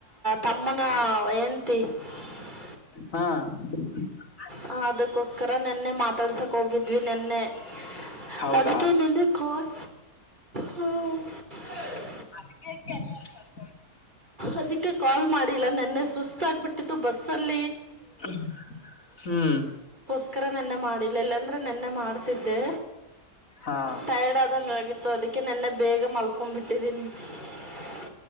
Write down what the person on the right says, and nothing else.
ತಮ್ಮನ ಹೆಂಡತಿ. <unintelligible>
ಹ ಅದಕ್ಕೋಸ್ಕರ! ನೆನ್ನೆ ಮಾತಾಡ್ಸಕ್ ಹೋಗಿದ್ವಿ ನೆನ್ನೆ. <unintelligible>
ಅದಕ್ಕೆ ನ ಕಾರ್ ಹ. <unintelligible>
ಅದಕ್ಕೆ, ಕಾಲ್ ಮಾಡಿಲ್ಲ! ನೆನ್ನೆ ಸುಸ್ತ ಆಗ್ಬಿಟ್ಟಿತ್ತು ಬಸ್ಲ್ಲಿ. <unintelligible>
ಅಕ್ರ, ನೆನ್ನೆ ಮಾಡಿಲ್ಲ ಇಲ್ಲಾಂದ್ರೆ! ನೆನ್ನೆ ಮಾಡ್ತಿದ್ದೆ
ಟೈರ್ಡ್ ಆದಂಗ ಆಗಿತ್ತು. <unintelligible> ಅದಕ್ಕೆ ನೆನ್ನೆ ಬೇಗ ಮಲ್ಕೊ, ಬಿಟ್ಟಿದೀನಿ. <unintelligible>